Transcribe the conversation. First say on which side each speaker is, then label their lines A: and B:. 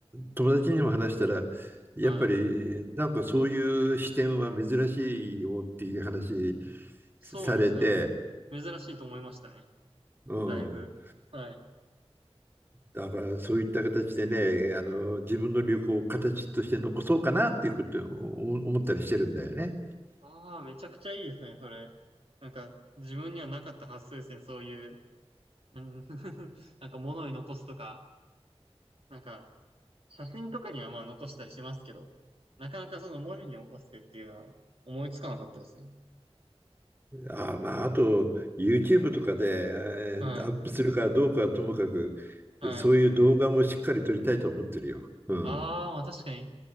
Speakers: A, on the right; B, on the right.
A: 友達にも話したら、やっぱりなんかそういう視点は珍しいよっていう話
B: はい。そうですね。
A: されて、
B: 珍しいと思いましたね。
A: うん。
B: だいぶ。はい。
A: だからそういった形でね、あの、自分の旅行を形として残そうかなっていうことを思ったりしてるんだよね。
B: ああ、めちゃくちゃいいですね、それ。なんか、自分にはなかった発想ですね、そういう。うん <laughs> なんか物に残すとか、なんか、写真とかにはまあ残したりしますけど、なかなかその文字に起こしてっていうのは思いつかなかったですね。
A: ああ、まあ、あと YouTube とかでえーアップするかどうかはともかく、
B: はい、はい。
A: そういう動画もしっかり撮りたいと思ってるよ。うん。
B: ああ、まあ確かに。